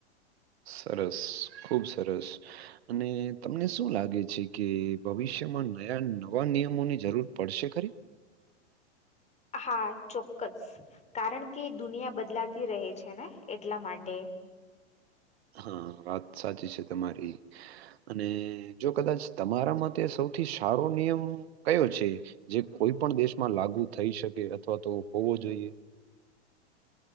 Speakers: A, on the right; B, on the left.
A: સરસ ખૂબ સરસ અને તમને શું લાગે છે કે ભવિષ્યમાં નયા નવા નિયમોની જરૂર પડશે ખરી
B: હા ચોક્કસ કારણ કે દુનિયા બદલાતી રહે છે ને એટલા માટે
A: હા વાત સાચી છે તમારી. અને જો કદાચ તમારા માટે સૌથી સારો નિયમ કયો છે જે કોઈ પણ દેશમાં લાગુ થઈ શકે અથવા તો હોવો જોઈએ